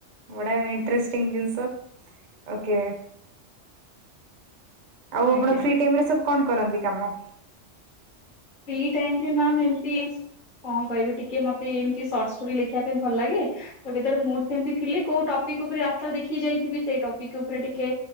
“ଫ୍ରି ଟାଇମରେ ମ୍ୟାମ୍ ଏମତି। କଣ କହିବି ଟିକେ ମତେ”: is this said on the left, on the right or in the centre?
Left